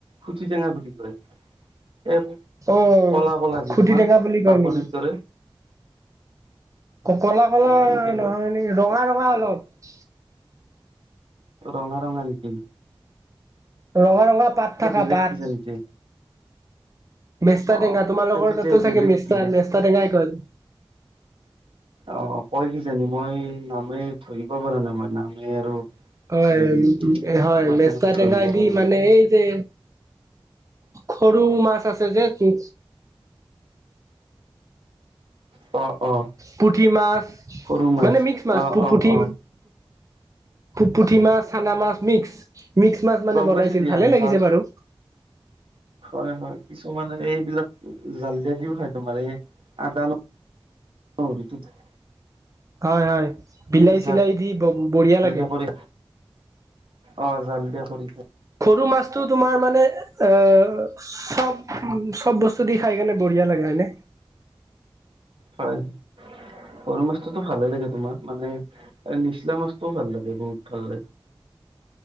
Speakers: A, on the right; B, on the right.
A: খুটি টেঙা বুলি কয়। এই
B: অ'
A: কলা কলা যি
B: খুটিটেঙা
A: তোমাৰ
B: বুলি কয়
A: বাকলিৰ
B: নেকি।
A: দৰে
B: কলা কলা
A: এনেকে
B: নহয়
A: কয়
B: নেকি ৰঙা ৰঙা অলপ।
A: ৰঙা ৰঙা নেকি।
B: ৰঙা ৰঙা পাত
A: টো
B: থাকা
A: বেলেগ
B: পাত
A: কিছে নেকি?
B: মেষ্টা
A: অ
B: টেঙা তোমালোকৰ
A: সেইটোতে
B: তাতো
A: বেলেগ
B: চাগে মেষ্টা
A: কিজানি
B: মেষ্টা টেঙাই কয়।
A: অ' কই কি জানি মই নামে ধৰিব পৰা নাই মই নামে আৰু
B: হয়,
A: হেৰি
B: উ, হয়
A: তোমাৰ
B: মেচা
A: তেনেকে ধৰিব
B: টেঙা
A: পৰা
B: দি
A: নাই
B: মানে এই যে সৰু মাছ আছে যেহেতু
A: অ', অ'
B: পুঠি মাছ
A: সৰু
B: মানে মিক্স মাছ
A: অ অ
B: পুঠি
A: অ
B: পুঠি মাছ চানা মাছ মিক্স মিক্স মাছ মানে
A: গম
B: বনাইছিল
A: পাইছো দিয়া
B: ভালে লাগিছে
A: জাল
B: বাৰু।
A: হয়, হয় কিছুমানে এইবিলাক জাল দিয়া দিও হয় তোমাৰ এই আদা <unintelligible>
B: হয় হয় বিলাহী
A: জাল
B: চিলাই দি ব বঢ়িয়া লাগে।
A: দিয়া কৰি অ জাল দিয়া কৰি খাই
B: সৰু মাছটো তোমাৰ মানে এ চব চব বস্তু দি খাই কেনে বঢ়িয়া লাগে হয়নে।
A: হয়। সৰু মাছটোতো ভালে লাগে তোমাৰ মানে নিচলা মাছটোও ভাল লাগে বহুত ভাল লাগে।